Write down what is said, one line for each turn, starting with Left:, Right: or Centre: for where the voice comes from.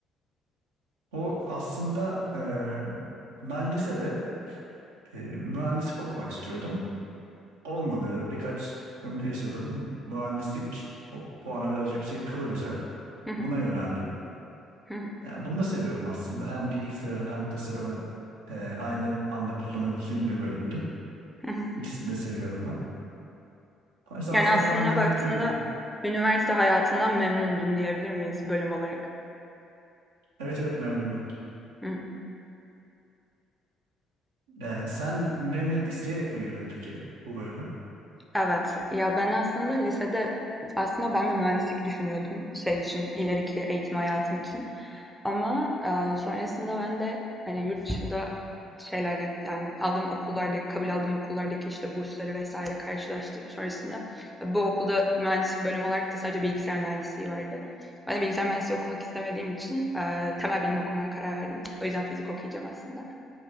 Right: O aslında e, ben lisede e, mühendislik okumak istiyordum. Olmadı. Birkaç sıkıntı yaşadım. Mühendislik o- puanı biraz yüksek kılınca
Centre: Hı hı.
Right: buna yöneldim.
Centre: Hı hı.
Right: Yani bunu da seviyorum aslında. Hem bilgisayarı hem tasarımı e, aynı anda kullanabildiğim bir bölümdü.
Centre: Hı hı.
Right: İkisini de seviyorum ben. O yüzden
Centre: Yani
Right: aslında
Centre: aslında
Right: tam benlik
Centre: baktığında
Right: diyebilirim.
Centre: üniversite hayatından memnundun diyebilir miyiz bölüm olarak?
Right: Evet evet memnundum.
Centre: Hı hı.
Right: Yani sen memnun isteyerek mi girdin peki bu bölüme?
Centre: Evet. Ya, ben aslında lisede aslında ben de mühendislik düşünüyordum şey için, ileriki eğitim hayatım için. Ama, eee, sonrasında ben de, hani, yurt dışında şeylerle, emm, aldığım okullarda kabul aldığım okullardaki, işte, bursları vesaire karşılaştırıp sonrasında e, bu okulda mühendislik bölümü olarak da sadece bilgisayar mühendisliği vardı. Ben de bilgisayar mühendisliği okumak istemediğim için, eee, temel bilim okumaya karar verdim. O yüzden fizik okuyacağım aslında.